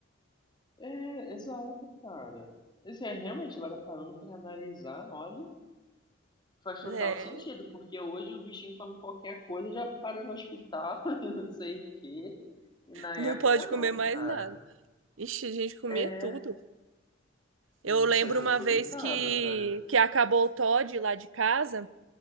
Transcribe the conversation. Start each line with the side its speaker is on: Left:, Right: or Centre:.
Left: É, exato, cara. Esse é realmente, agora parando pra analisar, olha, faz total
Right: É,
Left: sentido, porque hoje o bichinho come qualquer coisa, já para no hospital <laughs> e não sei o quê. E na
Right: não
Left: época
Right: pode comer
Left: não,
Right: mais
Left: cara.
Right: nada. Ixi, a gente comia
Left: É,
Right: tudo. Eu
Left: nossa,
Right: lembro
Left: eu
Right: uma
Left: aproveitava,
Right: vez que,
Left: cara.
Right: que acabou o Toddy lá de casa.